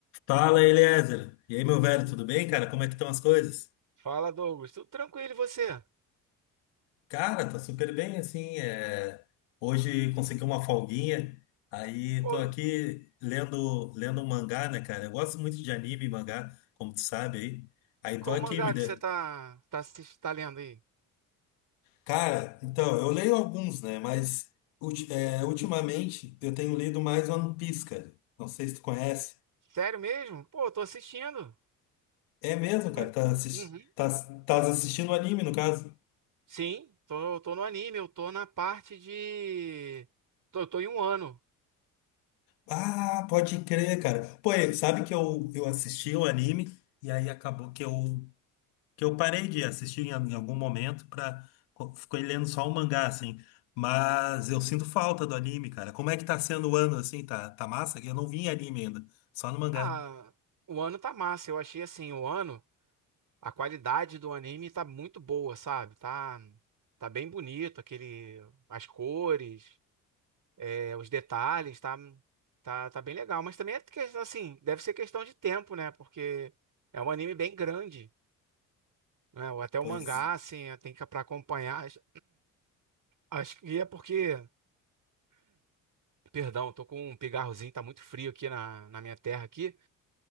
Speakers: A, on the left; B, on the right.
A: Fala, Eliezer. E aí, meu velho, tudo bem, cara? Como é que estão as coisas?
B: Fala, Douglas. Tudo tranquilo e você?
A: Cara, tá super bem, assim, é... Hoje consegui uma folguinha, aí
B: Pô,
A: tô aqui lendo, lendo um mangá, né, cara? Eu gosto muito de anime e mangá, como tu sabe aí. Aí
B: qual
A: tô aqui,
B: mangá
A: me dê.
B: que você tá, tá, assis- tá lendo aí?
A: Cara, então, eu leio alguns, né, mas ulti- é, ultimamente eu tenho lido mais One Piece, cara. Não sei se tu conhece.
B: Sério mesmo? Pô, tô assistindo.
A: É mesmo,
B: Que
A: cara,
B: mane-
A: tá, assisti-
B: Uhum.
A: tá, tá assistindo anime, no caso.
B: Sim, tô, tô no anime, eu tô na parte de. Tô, tô em um ano.
A: Ah, pode crer, cara. Pô, e sabe que eu, eu assisti o anime e aí acabou que eu, que eu parei de assistir em, em algum momento pra. co- Fiquei lendo só o mangá, assim. Mas eu sinto falta do anime, cara. Como é que tá sendo o ano, assim? Tá, tá massa? Eu não vi em anime ainda, só no mangá.
B: Ah, o ano tá massa. Eu achei assim, o ano, a qualidade do anime tá muito boa, sabe? Tá, tá bem bonito, aquele, as cores. é, os detalhes, tá, tá, tá bem legal. Mas também é que, assim, deve ser questão de tempo, né? Porque é um anime bem grande, né? Ou até
A: Pois
B: o mangá, assim, tem que para acompanhar. Acho acho que é porque, perdão, tô com um pigarrozinho, tá muito frio aqui na, na minha terra aqui.